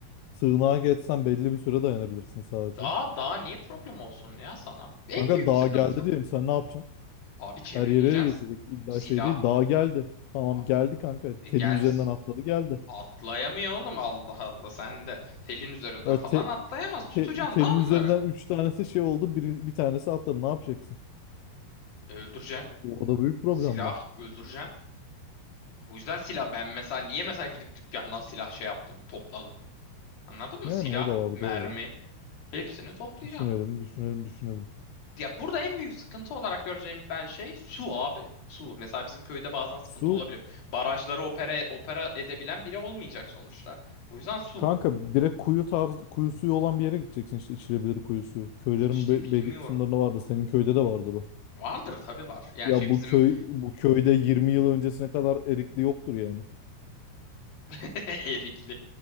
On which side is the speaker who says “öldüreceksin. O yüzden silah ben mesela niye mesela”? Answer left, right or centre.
Left